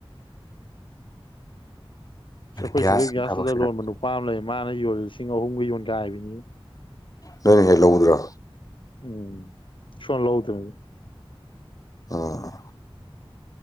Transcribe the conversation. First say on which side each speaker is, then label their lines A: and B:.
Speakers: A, on the left; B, on the left.
A: ꯑꯁ ꯑꯩꯈꯣꯏ
B: ꯒ꯭ꯌꯥꯁꯀꯤ
A: ꯁꯤꯗ ꯒ꯭ꯌꯥꯁ
B: ꯊꯕꯛꯁꯤꯅ
A: ꯂꯂꯣꯟꯕ ꯅꯨꯄꯥ ꯑꯃ ꯂꯩ ꯃꯥꯅ ꯌꯣꯜꯂꯤ ꯂꯤꯁꯤꯡ ꯑꯍꯨꯝꯒ ꯌꯣꯟꯒꯥꯏꯕꯤꯅꯤꯉꯣ
B: ꯅꯣꯏꯅ ꯍꯦꯛ ꯂꯧꯕꯗꯨꯔꯣ
A: ꯎꯝ ꯁꯨꯋꯥ ꯂꯧꯗꯝꯅꯤ
B: ꯑꯣ